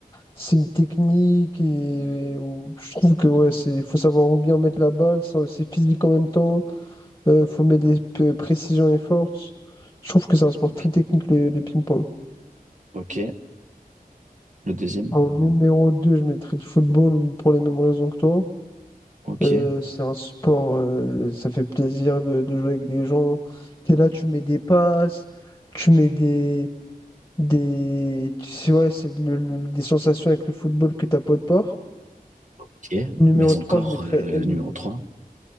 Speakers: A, on the left (about 20°); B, on the right (about 55°).
A: c'est une technique et, ou- je trouve que ouais, c'est, faut savoir où bien mettre la balle, c'est c'est physique en même temps, euh, faut mettre les p- précisions et forces. Je trouve que c'est un sport
B: Ok,
A: très technique le, le ping-pong.
B: ok, le deuxième.
A: En numéro 2 je mettrais le football pour les mêmes raisons que toi.
B: Ok,
A: Euh, c'est un sport, euh, ça fait plaisir de, de jouer avec des gens. T'es là, tu mets des passes, tu mets des, des, tu sais, ouais, c'est le- le- des sensations avec le football que t'as pas de part.
B: ok,
A: Numéro
B: mais
A: 3
B: encore
A: je mettrais
B: euh, le
A: M-
B: numéro trois